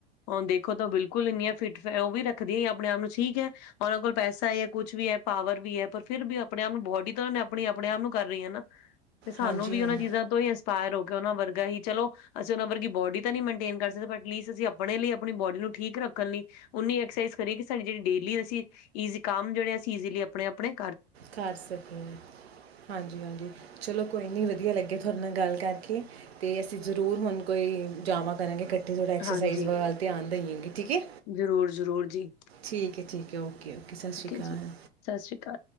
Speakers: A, on the left; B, on the right.
A: ਹੁਣ ਦੇਖੋ ਤਾਂ ਬਿਲਕੁਲ ਇੰਨੀਆਂ ਫਿਟ, ਫਿਰ ਉਹ ਵੀ ਰੱਖ ਰੱਖਦੀ ਹੈ ਆਪਣੇ ਆਪ ਨੂੰ ਠੀਕ ਹੈ ਉਹਨਾਂ ਕੋਲ ਪੈਸਾ ਹੈ, ਕੁਛ ਵੀ ਹੈ, ਪਾਵਰ ਵੀ ਹੈ, ਪਰ ਫਿਰ ਵੀ ਆਪਣੇ ਆਪ ਨੂੰ ਬੋਡੀ ਤਾਂ ਉਹਨਾਂ ਨੇ ਅਪਣੀ ਅਪਣੇ ਆਪ ਨੂੰ ਕਰ ਰਹੀ ਹੈ ਨਾ ਤੇ ਸਾਨੂੰ
B: ਹਾਂਜੀ
A: ਵੀ
B: ਹਾਂਜੀ
A: ਉਹਨਾਂ ਚੀਜ਼ਾਂ ਤੋਂ ਹੀ ਇੰਸਪਾਇਰ ਹੋ ਉਹਨਾਂ ਵਰਗਾ ਹੀ ਚਲੋ ਅਸੀਂ, ਉਹਨਾਂ ਵਰਗੀ ਬੋਡੀ ਤਾਂ ਨੀ ਮੇਨਟੇਨ ਕਰ ਸਕਦੇ। ੲਟਲੀਸਟ ਅਸੀਂ ਅਪਣੇ ਲਈ ਅਪਣੀ ਬੋਡੀ ਨੂੰ ਠੀਕ ਰੱਖਣ ਲਈ ਔਨੀ ਐਕਸਰਸਾਈਜ਼ ਕਰੀਏ ਕਿ ਸਾਡੀ ਜਿਹੜੀ ਡੇਲੀ ਅਸੀਂ ਈਜ਼ੀ ਕੰਮ ਜਿਹੜੇ ਅਸੀਂ ਈਜ਼ੀਲੀ ਅਪਣੇ ਅਪਣੇ
B: ਕਰ ਸਕੇ, ਹਾਂਜੀ ਹਾਂਜੀ। ਚਲੋ ਕੋਈ ਨੀ ਵਧੀਆ ਲੱਗ ਤੁਹਾਡੇ ਨਾਲ ਗੱਲ ਕਰਕੇ ਤੇ ਅਸੀ ਜ਼ਰੂਰ ਹੁਣ ਭਈ ਜਾਵਾਂ ਕਰਾਂਗੇ ਇਕੱਠੇ, ਥੋੜ੍ਹਾ ਐਕਸਰਸਾਈਜ਼
A: ਹਾਂਜੀ
B: ਵ ਵੱਲ ਧਿਆਨ ਦੇਈਏਗੇ ਠੀਕ ਹੈ।
A: ਜ਼ਰੂਰ ਜ਼ਰੂਰ ਜੀ
B: ਠੀਕ ਹੈ, ਠੀਕ ਹੈ। ਓਕੇ ਓਕੇ ਸਤਿ ਸ਼੍ਰੀ ਅਕਾਲ
A: ਜੀ ਸਤਿ ਸ਼੍ਰੀ ਅਕਾਲ